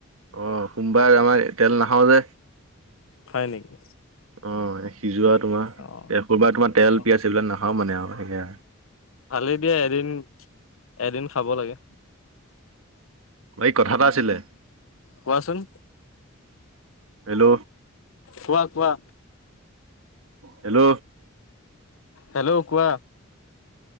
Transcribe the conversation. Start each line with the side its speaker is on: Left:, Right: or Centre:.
Right: অ সোমবাৰে আমাৰ তেল নাখাও যে
Left: হয় নেকি?
Right: অ' সিজোৱা তোমাৰ <unintelligible>
Left: অ
Right: তোমাৰ তেল
Left: অ
Right: পিয়াজ এইবিলাক নাখাও মানে আৰু সেয়া
Left: ভালেই দিয়া এদিন, এদিন খাব লাগে।
Right: ঐ কথা এটা আছিলে৷
Left: কোৱাচোন।
Right: হেল্ল'।
Left: কোৱা কোৱা।
Right: হেল্ল'।
Left: হেল্ল' কোৱা।